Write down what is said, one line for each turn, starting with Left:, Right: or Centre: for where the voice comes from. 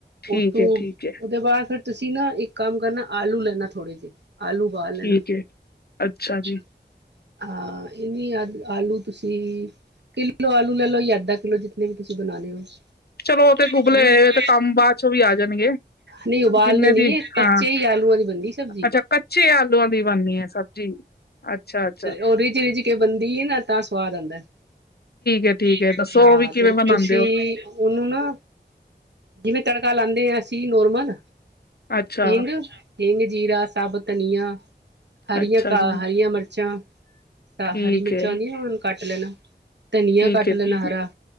Left: ਠੀਕ
Right: ਉਸ ਤੋ
Left: ਹੈ, ਠੀਕ ਹੈ,
Right: ਓਦੇ ਬਾਦ ਫੇਰ ਤੁਸੀਂ ਨਾ ਏਕ ਕੰਮ ਕਰਨਾ ਆਲੂ ਲੈਣਾ ਥੋੜੇ ਆਲੂ ਉਬਾਲ ਲੈਣਾ
Left: ਠੀਕ ਹੈ, ਅੱਛਾ
Right: <unintelligible>
Left: ਜੀ।
Right: ਹਾਂ ਏ ਵੀ ਆ ਆਲੂ ਤੁਸੀਂ ਕੀਲੋ ਆਲੂ ਲੈ ਲੋ ਜਾਂ ਅੱਧਾ ਕੀਲੋ ਜੀਨੇ ਵੀ ਤੁਸੀਂ ਬਣਾਣੇ ਨੇ।
Left: ਚਲੋ ਉਹ
Right: <unintelligible>
Left: ਤੇ ਗੁਬਲੇ ਹੋਏ ਤੇ ਕੰਮ ਬਾਅਦ ਚੋਂ ਵੀ ਆ ਜਾਣਗੇ।
Right: ਨਈ ਉਬਾਲਣੇ
Left: ਜਿੰਨੇ
Right: ਨੀ
Left: ਦੀ
Right: ਏ। ਕੱਚੇ
Left: ਹਾਂ,
Right: ਈ ਆਲੂ ਵਾਲੀ ਬਣਦੀ ਸਭ
Left: ਅੱਛਾ ਕੱਚੇ ਆਲੂਆਂ ਦੀ ਬਣਨੀ ਆ ਸਬਜ਼ੀ, ਅੱਛਾ-ਅੱਛਾ।
Right: ਓ ਰੇਜ-ਰੇਜ ਕੇ ਬਣਦੀ ਏ ਨਾ ਤਾਂ ਸਵਾਦ ਆਂਦੈ।
Left: ਹੈ,
Right: ਠੀਕ
Left: ਹੈ,
Right: ਆ
Left: ਦੱਸੋ
Right: ਠੀਕ ਆ
Left: ਉਹ ਵੀ ਕਿਵੇਂ
Right: ਤੇ
Left: ਬਣਾਉਂਦੇ
Right: ਤੁਸੀਂ
Left: ਹੋ?
Right: ਓਨੂੰ ਨਾ ਜੇਵੇਂ ਤੜਕਾ ਲਾਦੇ ਆਂ ਅਸੀਂ ਨੋਰਮਲ,
Left: ਅੱਛਾ,
Right: ਹਿੰਗ ਹਿੰਗ ਜੀਰਾ ਸਾਬ ਧਨੀਆ ਹਰੀਆਂ
Left: ਅੱਛਾ
Right: ਕਾ
Left: ਜੀ,
Right: ਹਰੀਆਂ ਮਿਰਚਾਂ
Left: ਠੀਕ
Right: ਹਰੀ ਮਿਰਚਾਂ
Left: ਹੈ,
Right: ਹੁੰਦੀਆਂ ਹੁ ਕੱਟ ਲੈਣਾ, ਧਨੀਆ
Left: ਠੀਕ
Right: ਕੱਟ
Left: ਹੈ,
Right: ਲੈਣਾ
Left: ਠੀਕ ਹੈ।
Right: ਹਰਾ।